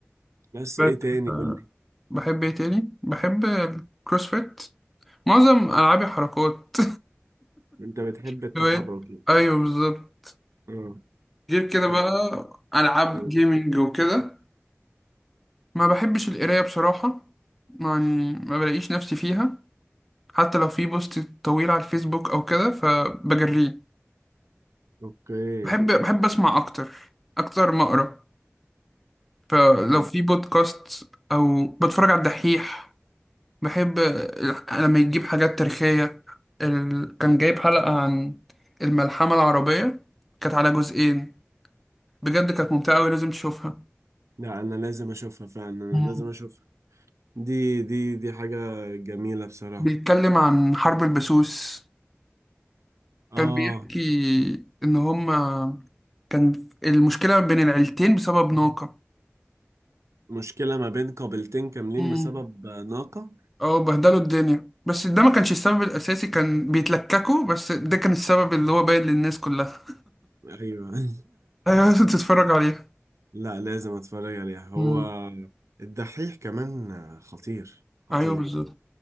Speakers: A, on the right (about 90°); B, in the centre.
A: بس
B: بس
A: ايه تاني
B: آه،
A: قول لي
B: بحب ايه تاني بحب الكروسفيت معظم العابي حركات
A: انت بتحب
B: <laughs>
A: التحرك يعني
B: ايوه بالظبط
A: اه
B: غير كده
A: و-
B: بقى العاب
A: آه.
B: جيمنج وكده ما بحبش القراية بصراحة يعني ما بلاقيش نفسي فيها حتى لو في بوست طويل على الفيسبوك أو كده فبجريه
A: اوكي
B: بحب بحب أسمع أكتر أكتر ما أقرأ فلو
A: طب
B: في بودكاست أو بتفرج على الدحيح بحب الح- لما يجيب حاجات تاريخية ال... كان جايب حلقة عن الملحمة العربية كانت على جزئين بجد كانت ممتعة أوي لازم تشوفها
A: لا انا لازم اشوفها فعلا انا
B: مم.
A: لازم اشوفها دي دي دي حاجة جميلة بصراحة
B: بيتكلم عن حرب البسوس
A: اه
B: كان بيحكي ان هما كان المشكله بين العيلتين بسبب ناقه
A: مشكلة ما بين قابلتين كاملين
B: امم
A: بسبب ناقة
B: اه بهدلوا الدنيا بس ده ما كانش السبب الاساسي كان بيتلككوا بس ده كان السبب اللي هو باين للناس كلها
A: ايوه <laughs>
B: <laughs> ايوه لازم تتفرج عليها
A: لا لازم اتفرج عليها هو
B: امم
A: الدحيح كمان خطير خطير
B: ايوه بالظبط